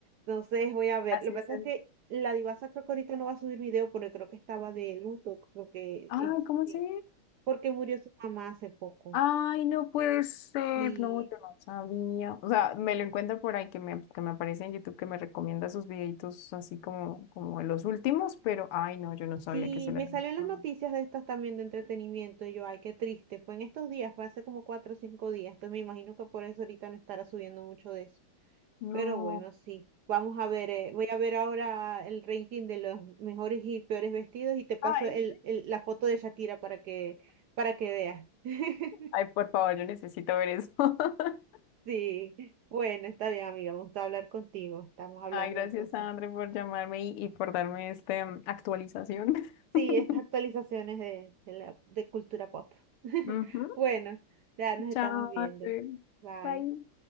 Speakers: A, on the right; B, on the left.
A: Entonces, voy a ver.
B: Así
A: Lo que
B: es.
A: pasa
B: el-
A: es que la divasa creo que ahorita no va a subir video porque creo que estaba de luto, creo que
B: Ay,
A: este,
B: ¿cómo se?
A: porque murió su mamá hace poco.
B: Ay, no puede ser,
A: Sí,
B: no, yo no sabía. O sea, me lo encuentro por ahí que me, que me aparece en YouTube que me recomienda sus videitos así como, como los últimos, pero ay, no, yo no sabía
A: Sí,
B: que se le
A: me
B: había
A: salió
B: muerto
A: en las
B: la
A: noticias
B: mamá.
A: de estas también de entretenimiento y yo, ay, qué triste. Fue en estos días, fue hace como cuatro o cinco días. Entonces me imagino que por eso ahorita no estará subiendo mucho de eso.
B: No.
A: Pero bueno, sí. Vamos a ver, eh, voy a ver ahora el ranking de los mejores y peores vestidos y te paso
B: Ay,
A: el, el- la foto de Shakira para que, para que veas. <laughs>
B: ay, por favor, yo necesito ver eso. <laughs>
A: Sí, bueno, está bien, amiga. Me gustó hablar contigo. Estamos hablando
B: Ay, gracias,
A: entonces.
B: André, por llamarme y, y por darme esta mm, actualización.
A: Sí,
B: <laughs>
A: estas actualizaciones de, de la, de cultura pop. <laughs>
B: Ujú.
A: Bueno, ya nos estamos
B: Chao,
A: viendo.
B: André.
A: Bye.
B: Bye.